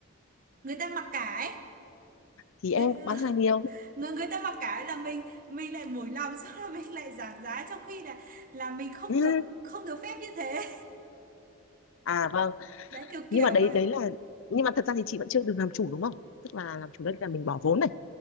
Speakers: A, on the right (about 40°); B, on the left (about 70°).
A: người ta mặc cả ấy
B: thì
A: người,
B: em cũng
A: <laughs>
B: bán hàng nhiều
A: người người ta mặc cả ấy là mình mình lại mùi lòng <laughs> sau là mình lại giảm giá trong khi là là mình không
B: <laughs>
A: được không được phép như thế
B: à vâng
A: <laughs> đấy kiểu
B: nhưng
A: kiểu
B: mà đấy
A: vậy
B: đấy là nhưng mà thật ra thì chị vẫn chưa được làm chủ đúng không tức là làm chủ đây là mình bỏ vốn này